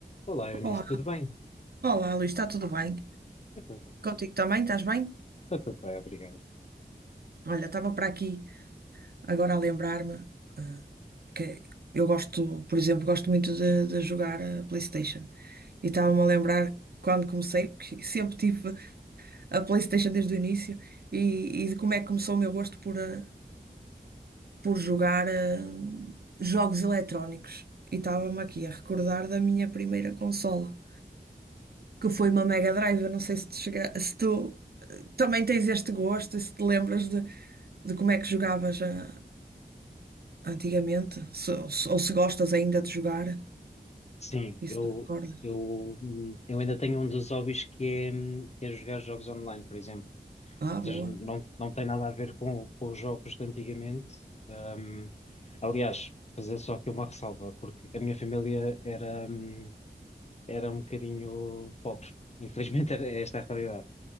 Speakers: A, on the left; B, on the right.
A: Olá, Eunice,
B: Olá,
A: tudo bem?
B: olá, Luís, está tudo bem?
A: Está tudo,
B: Contigo também, estás bem?
A: está tudo bem, obrigado.
B: Olha, estava para aqui agora a lembrar-me ah, que eu gosto, por exemplo, gosto muito de, de jogar a PlayStation. E estava-me a lembrar quando comecei, porque <laughs> sempre tive a PlayStation desde o início, e, e de como é que começou o meu gosto por, ah, por jogar ah, jogos eletrónicos. E estava-me aqui a recordar da minha primeira consola, que foi uma Mega Drive. Eu não sei se, te chega, se tu Também tens este gosto, e se te lembras de, de como é que jogavas ah, antigamente, se- ou, se, ou se gostas ainda de jogar,
A: Sim,
B: isso
A: eu,
B: te recordas?
A: eu, hum, eu ainda tenho um dos hobbies que é, hum, que é jogar jogos online, por exemplo.
B: Ah, boa,
A: Ou seja, não, não tem nada a ver com, com os jogos de antigamente. Hum, aliás, fazer só aqui uma ressalva, porque a minha família era, hum, era um bocadinho pobre. Infelizmente, era esta a realidade.